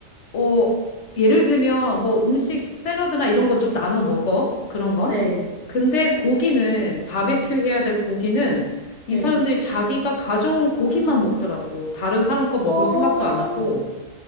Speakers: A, on the left; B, on the right.
A: 어, 예를 들면 뭐 음식 샐러드나 이런 건 좀 나눠 먹어. 그런 건.
B: 네,
A: 근데 고기는 바베큐 해야 될 고기는 이
B: 네.
A: 사람들이 자기가 가져온 고기만 먹더라고. 다른 사람 거 먹을
B: 어,
A: 생각도 안 하고.